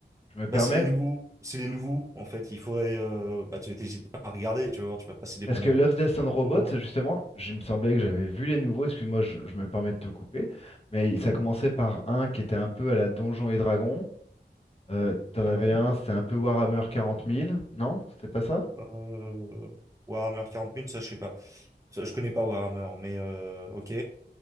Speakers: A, on the left; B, on the right.
A: Je me permets,
B: Bah, c'est les nouveaux, c'est les nouveaux en fait. Il faudrait, euh, bah, tu t'hésites pas à regarder, tu vas voir, tu vas passer des
A: Parce
B: bons
A: que
B: moments.
A: Love, Death and Robots,
B: Bons moments.
A: justement, je- il me semblait que j'avais vu les nouveaux, excuse-moi, je, je me permets de te couper, mais
B: Mhm.
A: ça commençait par un qui était un peu à la Donjons et Dragons. Euh, t'en
B: Ouais.
A: avais un, c'était un peu Warhammer quarante mille, non? C'était pas ça?
B: Euh, Warhammer quarante mille, ça, je sais pas. Ça, je connais pas Warhammer, mais euh, ok.